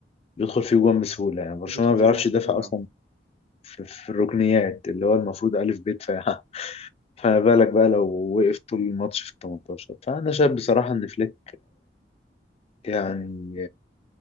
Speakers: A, on the left; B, on the right.
A: بيدخل فيه جوان بسهولة يعني برشلونة
B: بيدخل
A: ما
B: في
A: بيعرفش
B: جوان بسهولة
A: يدافع أصلا
B: آه.
A: في, في الركنيات اللي هو المفروض ألف ب دفاع <laughs> فما بالك بقى لو وقف طول الماتش في ال 18 فأنا شايف بصراحة إن فليك يعني